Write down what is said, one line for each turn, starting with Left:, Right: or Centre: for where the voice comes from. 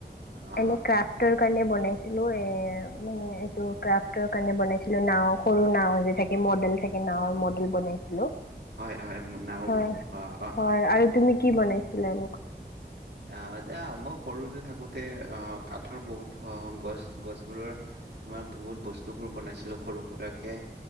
Right: অ
Left: এনে ক্ৰাফটৰ কাৰণে বনাইছিলো এ মানে। ক্ৰাফটৰ কাৰণে বনাইছিলো নাও সৰু নাও যে থাকে মডেল। সেকেনে নাও মডেল বনাইছিলো
Right: হয় হয় নাওবোৰ
Left: হয়
Right: অ অ
Left: হয় আৰু তুমি কি বনাই- <unintelligible>
Right: আহ এতিয়া মই সৰুতে থাকোতে অ কাঠৰ বহুত গছ গছবোৰৰ তোমাৰ বহুত বস্তুবোৰ বনাইছিলো। সৰু সুৰাকৰাকে